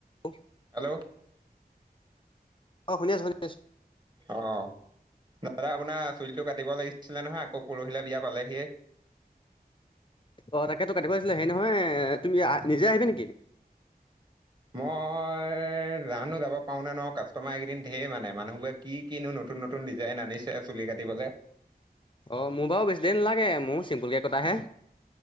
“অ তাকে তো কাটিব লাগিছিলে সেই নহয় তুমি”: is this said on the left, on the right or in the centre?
Left